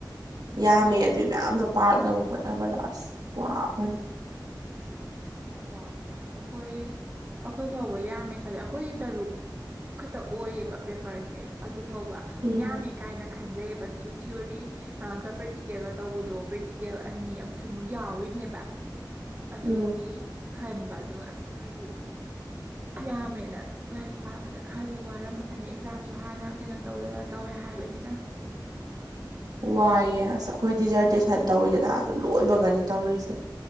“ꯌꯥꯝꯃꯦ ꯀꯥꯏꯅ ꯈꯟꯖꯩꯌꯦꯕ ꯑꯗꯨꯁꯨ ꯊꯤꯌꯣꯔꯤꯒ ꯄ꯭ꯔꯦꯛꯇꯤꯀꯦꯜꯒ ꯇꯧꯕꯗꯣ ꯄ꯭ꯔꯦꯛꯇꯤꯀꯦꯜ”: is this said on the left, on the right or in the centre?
Right